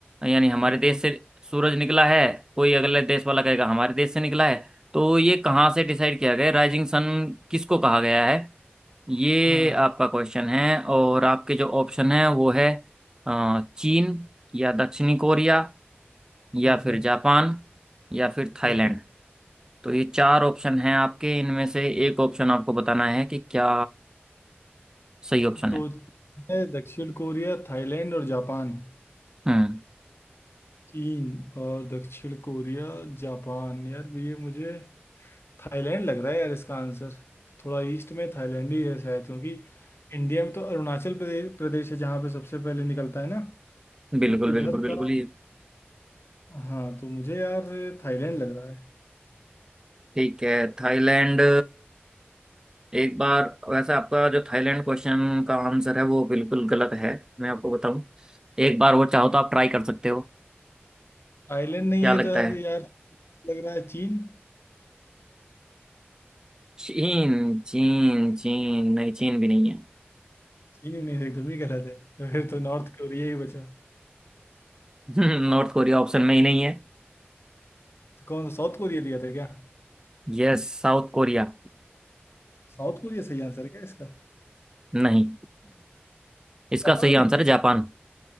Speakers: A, on the right; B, on the left.
A: यानी हमारे
B: हाँ
A: देश से सूरज निकला है कोई अगले देश वाला कहेगा हमारे देश से निकला है तो ये कहाँ से डिसाइड किया गया राइजिंग सन किसको कहा गया है ये
B: हाँ,
A: आपका क्वेश्चन है और आपके जो ऑप्शन है वो है अ, चीन या दक्षिणी कोरिया या
B: ठीक
A: फिर
B: है
A: जापान या फिर थाईलैंड
B: ओके
A: तो ये चार ऑप्शन हैं आपके इनमें से एक ऑप्शन आपको बताना है कि क्या सही ऑप्शन
B: तो
A: है
B: है दक्षिण कोरिया थाईलैंड और जापान
A: हम्म
B: चीन और दक्षिण कोरिया जापान यार ये मुझे थाईलैंड लग रहा है यार इसका आंसर थोड़ा ईस्ट में थाईलैंड ही है शायद क्योंकि इंडिया में तो अरुणाचल प्रदेश प्रदेश है जहाँ पे सबसे पहले निकलता है ना
A: बिल्कुल
B: तो इधर
A: बिल्कुल बिल्कुल
B: का
A: ये
B: हाँ तो मुझे यार थाईलैंड लग रहा है
A: ठीक है थाईलैंड एक बार वैसे आपका जो थाईलैंड क्वेश्चन का आंसर है वो बिल्कुल गलत है मैं आपको बताऊं एक बार वो चाहो
B: हाँ
A: तो आप ट्राई कर सकते हो
B: थाईलैंड नहीं
A: क्या
B: है
A: लगता
B: तो अब
A: है
B: यार लग रहा है चीन
A: चीन चीन चीन नहीं चीन भी नहीं है
B: चीन भी नहीं था तुम ही कह रहे थे तो फिर तो नॉर्थ कोरिया ही बचा तो
A: <laughs> नॉर्थ कोरिया ऑप्शन में ही नहीं है
B: कौन सा साउथ कोरिया दिया था क्या
A: Yes South Korea
B: साउथ कोरिया सही आंसर है क्या इसका
A: नहीं <clears throat> इसका
B: जापान
A: सही
B: है
A: आंसर है जापान